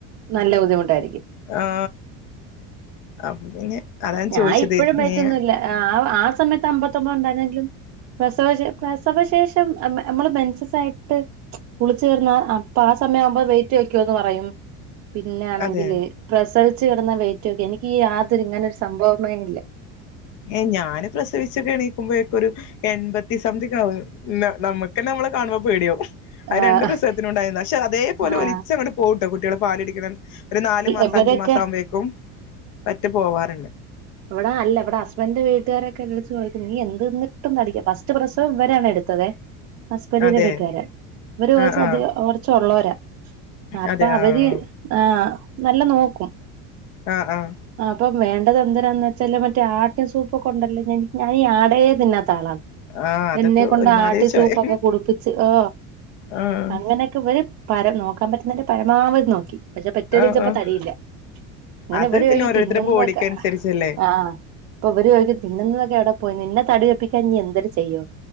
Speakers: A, on the right; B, on the left.
A: നല്ല ബുദ്ധിമുട്ടായിരിക്കും
B: ആ അപ്പ പിന്നെ അതാണ്
A: ഞാൻ
B: ചോദിച്ചത്
A: ഇപ്പോഴും വെയ്റ്റൊന്നും
B: ഏ
A: ഇല്ല ആ സമയത്ത് അമ്പത്തൊമ്പത് ഉണ്ടായിര്ന്നെങ്കിലും പ്രസവശേ പ്രസവശേഷം മെൻസസായിട്ട് കുളിചേർന്ന അപ്പൊ ആ സമയാവുമ്പോ വെയിറ്റ് വയ്ക്കോന്ന് പറയും പിന്നെണെങ്കില്
B: അതെ
A: പ്രസവ ച്ച് കിട്ടുന്ന വയ്റ്റോക്കെ എനിക്കീ ആ ഇങ്ങനെ ഒരു സംഭവമേ ഇല്ല
B: ഏ ഞാന് പ്രസവിച്ചൊക്കെ എണീക്കുമ്പോഴൊക്കെ ഒരു എൺപത്തി സംതിങ്ങാവും നമ്മക്കെന്നെ നമ്മളെ കാണുമ്പോ പേടിയാവും അത്
A: ആ
B: രണ്ട് പ്രസവത്തിനും ഉണ്ടായിരുന്നു പക്ഷെ അതേപോലെ
A: ആ
B: ഒലിചങ്ങട് പോവും കുട്ടികള് പാല് കുടിക്കുന്ന ഒരു നാല് മാസം
A: ഇവരൊക്കെ
B: അഞ്ചു മാസം ആവുമ്പോഴേക്കും പറ്റി പോവാറ
A: ഇവിടല്ല ഇവിട ഹസ്ബന്റ് വീട്ടുരൊക്കെ എന്റട്ത് ചോയിക്കും നീ എന്ത് ന്നിട്ട ഒട്ടും തടിക്ക് ഫസ്റ്റ് പ്രസവം ഇവരാണ് എടുത്തതെ ഹസബന്റിന്റെ
B: അതെ
A: വീട്ടുകാര ഇവര് കുറച്ച്
B: ആഹ് ആഹ്
A: അധിക കുറച്ചള്ളവരാ അപ്പൊ
B: അതെ
A: അവര്
B: ആഹ്
A: ആ നല്ല നോക്കും
B: ആ ആ
A: <unintelligible> വേണ്ടതെന്ത <unintelligible> വെച്ചാല് മറ്റേ ആട്ടും സൂപ്പൊക്കെണ്ടല്ലോ <unintelligible> ഞാനീ ആടേ തിന്നാ ത്താളാണ്
B: ആഹ് അതൊക്കെ
A: എന്നെ കൊണ്ട്
B: ഒരുമാതിരി
A: ആട്ടിൻ
B: ചൊയ
A: സൂപ്പൊക്കെ കുടിപ്പിച്ച് ഓ
B: ആഹ്
A: അങ്ങനൊക്കെ ഇവര് പരം നോക്കാൻ പറ്റുന്നതിന്റെ പരമാവധി നോക്കി പക്ഷെ പെറ്റണീച്ചപ്പോ
B: ആഹ് ആഹ്
A: തടിയില്ല അങ്ങനെ
B: അത്
A: ഇവര്
B: പിന്നെ
A: ഓയിക്കും
B: ഓരോരുത്തരുടെ
A: തിന്നുന്നതൊക്കെ
B: ബോഡിക്ക് അനുസരിച്ചല്ലേ
A: ആഹ് ആ പ്പ ഇവര് ചോദിക്കുവാ തിന്നുന്നതൊക്കെ എവിടെ പോയി നിന്ന തടി വെപ്പിക്കാൻ ഇനി എന്തര് ചെയ്യോ